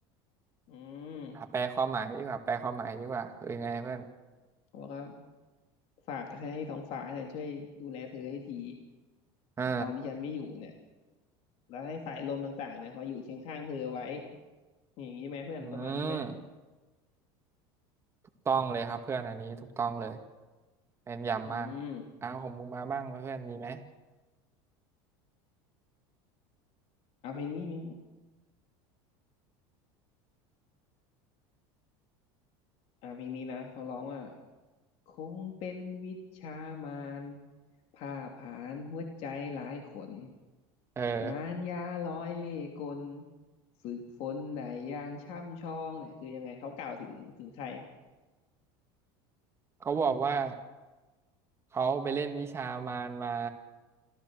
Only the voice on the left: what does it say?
อืม
บอกว่าฝากให้ท้องฟ้าเนี่ยช่วยดูแลเธอให้ที
ตอนที่ฉันไม่อยู่เนี่ย แล้วให้สายลมต่างๆเนี่ยคอยอยู่เคียงข้างเธอเอาไว้ อย่างนี้ไหมเพื่อนประมาณนี้ไหม
อืม
เอาเพลงนี้เพลงนี้อ่าเพลงนี้นะเขาร้องว่าคงเป็นวิชามารผ่าผลาญหัวใจหลายขน
มารยาร้อยเล่ห์กลฝึกฝนได้อย่างช่ำชองเนี่ยคือยังไงเขากล่าวถึงถึงใคร